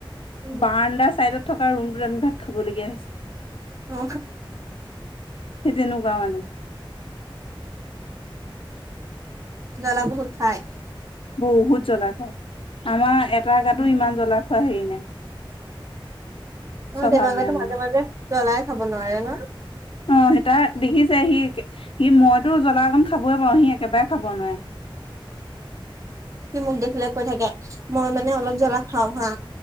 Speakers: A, on the right; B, on the left.
A: উম
B: বাৰাণ্ডাৰ চাইডত থকা ৰুমটোত আমি ভাগ খাবলগীয়া হৈছে
A: অ
B: সেই তেনেকুৱা মানে
A: জ্বলা বহুত খায়
B: বহুত জ্বলা খাই আমাৰ এটা গাতো ইমান জ্বলা খোৱা হেৰি নাই
A: অ
B: স্বভাৱ
A: দেৱাংগৰটো
B: নাই
A: মাজে
B: মানে
A: মাজে জ্বলাই খাব নোৱাৰে ন
B: অ সতা দেখিছে সি সি মইতো জ্বলা অকণ খাবয় পাৰো সি একেবাৰে খাব নোৱাৰে
A: কি মোক দেখিলে কৈ থাকে মই মানে অলপ জ্বলা খাও হা